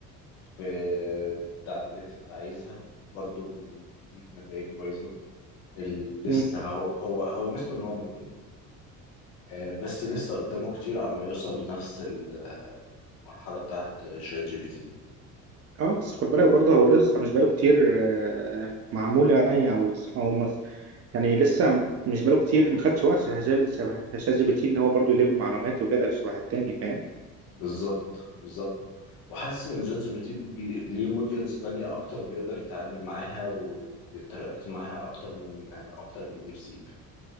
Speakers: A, on the left; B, on the right.
A: في التعديلات انت عايزها برضه بيديك نتائج بايظه ال- لسه
B: مم.
A: هو هو هو ميزته ان هو مجاني آه، بس لسه قدامه كتير على ما يوصل لنفس ال- المرحله بتاعت شات جي بي تي
B: اه بس خد بالك برضه هو لسه مش بقاله كتير آه، معمول يعني او او مس- يعني لسه مش بقاله كتير ما خدش وقت شبه جاب- شبه شات جي بي تي ان هو برضه يلم معلومات وكده شبه التاني فاهم
A: بالظبط بالظبط وحاسس ان جات جي بي تي بي... ليه موديلز تانية اكتر بيقدر يتعامل معاها ويتراكت معاها اكتر من اكتر من ديب سيك